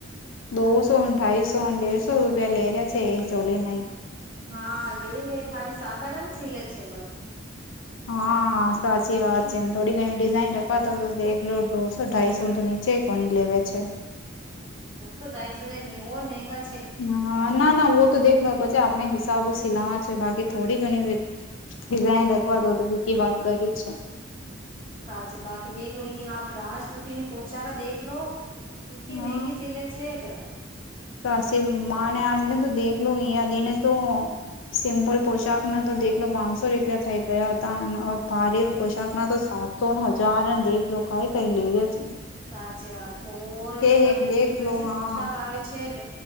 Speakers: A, on the left; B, on the right.
A: દોસો અઠાઈસોને દેરસો રૂપિયા લે રહ્યા છે, એ ચોલી નહીં.
B: હા જોય ખાલી સાધારણ સિલે છે, બસ.
A: હા. હા સાચી વાત છે ને થોડી ઘણી ડિઝાઇન લખવા તો દેખ લો દોસો ઢાઈસો તો નીચે કોની લેવે છે.
B: દોસો ઢાઈસોર મંંગા
A: હ ના ના ઓ તો દેખલો પછી આપણે હિસાબો સિલાવા છે બાકી થોડી ઘણી ડિઝાઈઇન રખવા દો તોીકી વાત કરી.
B: સાચી બાકી દેખલો લો આપ રાજપુત્રી પછા ક દેખલો. થી
A: હા
B: મેંગી સીલે છેેગ.
A: તો હસી માને આટને તો દેખલો લો યાદીને તો સિમ્પલ પોશાક ના તો દેલો પાંચસો રૂપિયા થઈ ગયા હતા અને ભારે પોશાકના તો સાત તો હજાર અને દેખ લોકો આએ કઈ લઈ રહ છે.
B: સાચી વાત છેું ઓરવે સત
A: કે એક દેખલો
B: પછી
A: હા
B: પોશાક આવે છે.